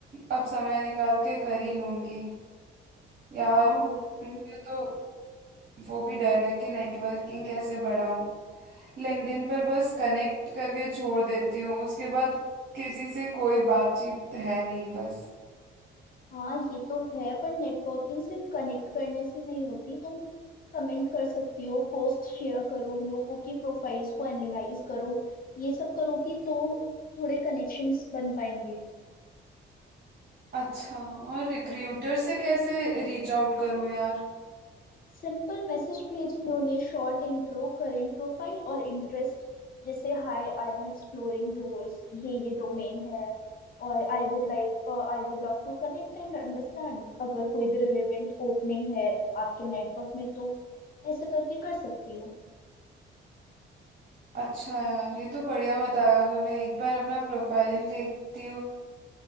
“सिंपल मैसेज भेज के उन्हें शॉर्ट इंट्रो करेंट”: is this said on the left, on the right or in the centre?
Left